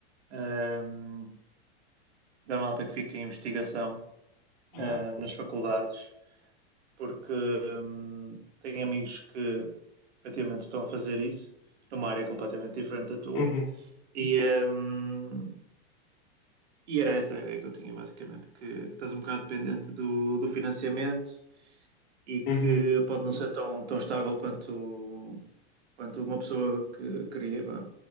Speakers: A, on the right; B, on the left.
A: ahm, da malta que fica em investigação,
B: Ah,
A: ahm, nas faculdades, porque, ahm, tenho amigos que efetivamente estão a fazer isso, numa área completamente diferente da tua,
B: uhum,
A: e, ahm, e era essa a ideia que eu tinha, basicamente, que, que estás um bocado dependente do, do financiamento, e que
B: uhum,
A: pode não ser tão, tão estável quanto, quanto uma pessoa que queria. vá.